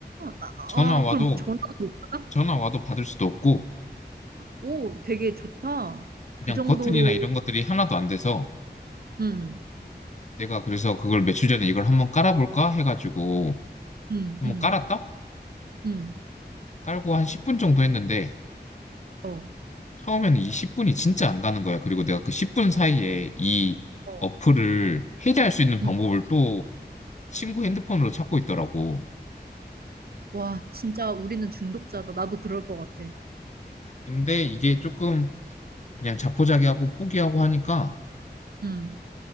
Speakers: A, on the right; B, on the left.
A: 아,
B: 전화
A: 아,
B: 와도,
A: 그럼 전화도 못 받아?
B: 전화 와도 받을 수도 없고,
A: 오, 되게 좋다.
B: 그냥
A: 그 정도로,
B: 버튼이나 이런 것들이 하나도 안 돼서,
A: 음,
B: 내가 그래서 그걸 며칠 전에 이걸 한번 깔아볼까 해가지고,
A: 음,
B: 한번
A: 음.
B: 깔았다?
A: 응,
B: 깔고 한 10분 정도 했는데,
A: 어,
B: 처음에는 이 10분이 진짜 안 가는 거야. 그리고 내가 그 10분 사이에 이
A: 어.
B: 어플을 해제할 수 있는 방법을
A: 응.
B: 또 친구 핸드폰으로 찾고 있더라고.
A: 와, 진짜 우리는 중독자다. 나도 그럴 것 같아.
B: 근데 이게 조금 그냥 자포자기하고 포기하고 하니까
A: 응,